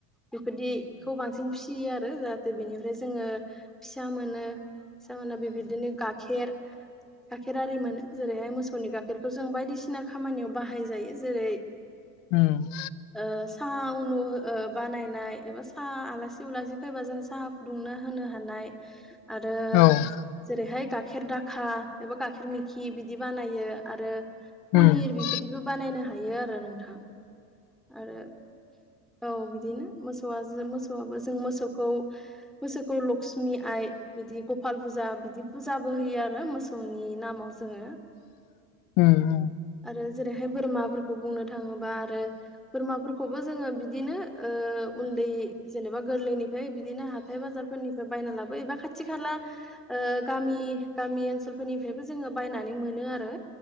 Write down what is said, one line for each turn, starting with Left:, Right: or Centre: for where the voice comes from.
Centre: बेफोरदिखौ बांसिन फिसियो आरो जाहाथे बेनिफ्राय जोङो फिसा मोनो। बिथांमोना बेबायदिनो गाइखेर गाइखेर आरि मोनो जेरैहाय मोसौनि गा गाइखेरखौ जों बायदिसिना खामानियाव बाहाय जायो जेरै
Left: उम‌ <inaudible>
Centre: ओ साहा उनु ओ बानायनाय एबा साहा आलासि उलासि फैबा जों साहा फुदुंना होनो हानाय। आरो
Left: औ उम औ
Centre: जेरैहाय गा गाइखेर दाखा एबा गाइखेर मिखि बिदि बानायो आरो पनिर
Left: उम औ
Centre: बेबायदिबो बानायनो हायो आरो नोंथां। आरो औ बिदिनो मोसौ मोसौ मोसौआबो जों मोसौखौ मोसौखौ लक्ष्मि आइ बिदि गपाल फुजा बिदि फुजाबो होयो आरो मोसौनि नामाव जोङो।
Left: ओम ओम
Centre: आरो जेरैहाय बोरमाफोरखौ बुंनो थाङोबा आरो बोरमाफोरखौबो जोङो बिदिनो ओ उन्दै जेनेबा गोरलैनिफ्राय बिदिनो हाथाय बाजारफोरनिफ्राय बायना लाबो एबा खाथि खाथि खाला ओ गामि गामि ओनसोलफोरनिफ्रायबो जोङो बायनानै मोनो। आरो